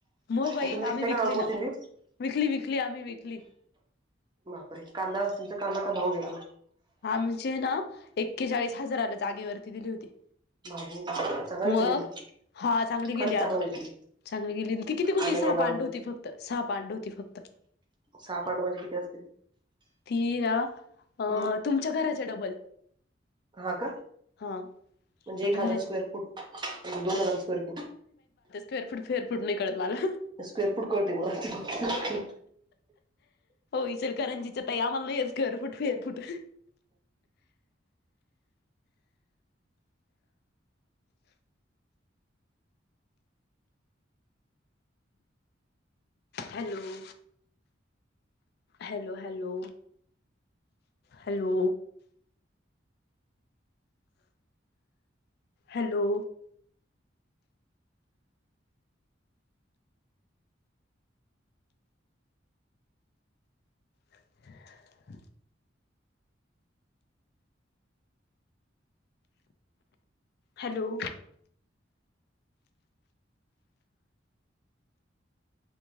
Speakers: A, on the left; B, on the right.
A: म बाई
B: मग तुम्ही विकताय
A: आम्ही
B: का
A: विकली
B: कोथिंबीर?
A: ना. विकली विकली आम्ही विकली.
B: मापर कांदा तुमचा कांदा काय भाऊ घेला.
A: आमचे ना एक्केचाळीस हजाराला जागेवरती दिली होती.
B: माजून चांगले
A: मग
B: गेले मी
A: हा चांगली गेली
B: खरंच
A: अगं.
B: चांगले गेले.
A: चांगली गेली ती किती होती
B: आम्ही
A: सहा
B: नाही लावले
A: पांड
B: बघ.
A: होती फक्त सहा पांड होती फक्त.
B: सहापांड म्हणजे किती असते.
A: ती ना अ
B: हम्म
A: तुमच्या घराच्या डबल.
B: हा का.
A: हा
B: म्हणजे
A: तुमच्या
B: एक हजार
A: घराच्या
B: स्क्वेअर फुट दोन हजार स्क्वेर फुट.
A: फेरफुट फेरफूट नाही करत मला.
B: स्क्वेअर फुट करततीव म.
A: इ चलकरंजीच्या ताई आम्हाला नाही आहे स्क्वेअर फुट फवेअर foot. Hello! Hello hello hello, hello, हा. हॅलो!